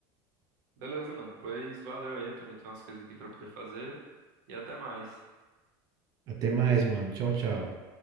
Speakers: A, on the right; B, on the right.
A: Beleza, mano, pois valeu aí, eu também tenho umas coisas aqui pra poder fazer e até mais.
B: Até mais, mano. Tchau, tchau.